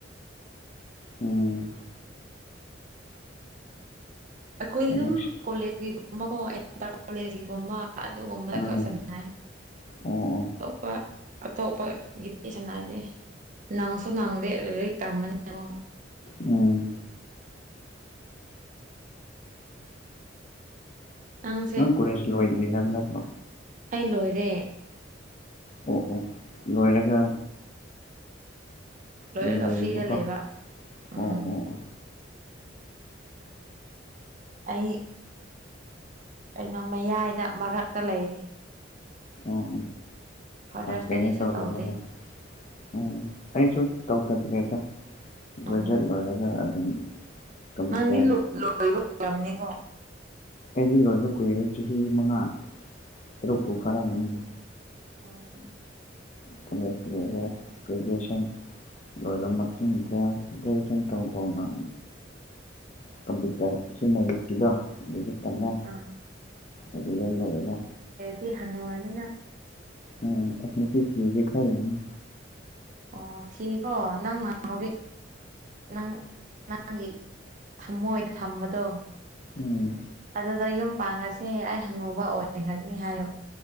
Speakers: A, on the left; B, on the right.
A: ꯎꯝ
B: ꯑꯩꯈꯣꯏ ꯑꯗꯨꯝ
A: ꯑꯃꯨꯛ
B: ꯀꯣꯂꯦꯖꯀꯤꯒꯨꯝꯕ ꯀꯣ ꯀꯣꯂꯦꯒꯨꯝꯕ ꯑꯗꯨꯒꯨꯝꯕꯗ
A: ꯎꯝ
B: ꯈꯛ ꯁꯟꯅꯥꯏ
A: ꯑꯣ ꯑꯣ
B: ꯑꯇꯣꯞꯄ ꯑꯇꯣꯞꯄꯒꯤꯗꯤ ꯁꯥꯟꯅꯗꯦ ꯅꯪꯁꯨ ꯅꯪꯗꯦ ꯂꯥꯏꯔꯤꯛ ꯇꯝꯕꯅꯤꯀꯣ
A: ꯑꯣ
B: ꯅꯪꯁꯦ
A: ꯅꯪ ꯀꯣꯂꯦꯁ ꯂꯣꯏꯗ ꯍꯥꯏꯕꯅꯣ
B: ꯑꯩ ꯂꯣꯏꯔꯦ
A: ꯑꯣ ꯑꯣ ꯂꯣꯏꯔꯒ
B: ꯂꯣꯏꯔꯒ
A: ꯑꯗꯨꯝ ꯂꯩꯅꯤꯕꯀꯣ
B: ꯐ꯭ꯔꯤꯗ ꯂꯩꯕ ꯎꯝ
A: ꯑꯣ ꯑꯣ ꯑꯣ
B: ꯑꯩ ꯀꯩꯅꯣ ꯃꯌꯥꯏꯗ ꯃꯔꯛꯇ ꯂꯩꯔꯤ
A: ꯎꯝ
B: ꯐꯔꯗꯔ
A: ꯎꯝ
B: ꯏꯁꯇꯗꯤꯁꯨ
A: ꯀꯩꯅ ꯇꯧꯔꯦ
B: ꯇꯧꯗꯦ
A: ꯍꯥꯏꯕ ꯎꯝ ꯑꯩꯁꯨ ꯇꯧꯊꯗꯦꯗ ꯒ꯭ꯔꯦꯖꯨꯋꯦꯠ
B: ꯑꯣ
A: ꯂꯣꯏꯔꯒ ꯑꯗꯨꯝ ꯀꯝꯄ꯭ꯌꯨꯇꯔ
B: ꯅꯪꯗꯤ ꯂꯣꯏꯕꯅꯤꯀꯣ
A: ꯑꯩꯗꯤ ꯂꯣꯏꯕ ꯀꯨꯏꯔꯦ ꯆꯍꯤ ꯃꯉꯥ ꯇꯔꯨꯛꯄꯨ ꯐꯔꯝꯃꯥꯅꯤꯗ
B: ꯎꯝ
A: ꯀꯣꯂꯦꯖ ꯂꯣꯏꯔꯣ ꯒꯔ꯭ꯦꯗꯖꯋꯦꯁꯟ ꯂꯣꯏꯔꯕ ꯃꯇꯨꯡꯗ ꯒ꯭ꯔꯦꯖꯦꯁꯟ ꯇꯧ ꯇꯧꯅ ꯀꯝꯄ꯭ꯌꯨꯇꯔ ꯑꯁꯤ ꯅꯩ ꯂꯤꯠ ꯀꯤꯗꯣ ꯑꯗꯨꯗ ꯇꯝꯃꯦ
B: ꯑꯥ
A: ꯑꯗꯨꯒ ꯂꯣꯏꯔꯅ
B: ꯗꯨꯗꯤ ꯍꯥꯅꯨꯔꯥꯅꯤ
A: ꯎꯝ ꯅꯨꯄꯤ ꯊꯤꯒꯦ ꯈꯜꯂꯤꯕ
B: ꯑꯣ ꯊꯤꯒꯔꯣ ꯅꯡ ꯅꯥ ꯍꯧꯖꯤꯛ ꯅꯪ ꯅꯪꯒꯤ ꯊꯝꯃꯣꯏꯗ ꯊꯝꯕꯗꯣ
A: ꯎꯝ
B: ꯑꯗꯨꯗ ꯌꯨꯝ ꯄꯥꯡꯉꯁꯦ ꯑꯩ ꯍꯥꯅꯨꯕ ꯑꯣꯏꯈ꯭ꯔꯅꯤ ꯍꯥꯏꯌꯨ